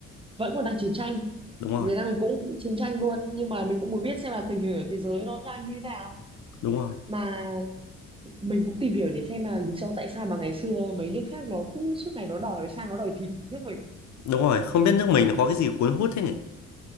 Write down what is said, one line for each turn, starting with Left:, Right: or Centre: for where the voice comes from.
Right: vẫn còn đang chiến tranh.
Left: đúng rồi
Right: Việt Nam mình cũng chiến tranh luôn. Nhưng mà mình cũng muốn biết xem là tình hình ở thế giới nó đang như thế nào.
Left: đúng rồi
Right: Mà mình cũng tìm hiểu để xem là lý do tại sao mà ngày xưa mấy nước khác nó cứ suốt ngày nó đòi sang nó đòi thịt nước mình
Left: đúng rồi không biết nước mình nó có cái gì cuốn hút thế nhỉ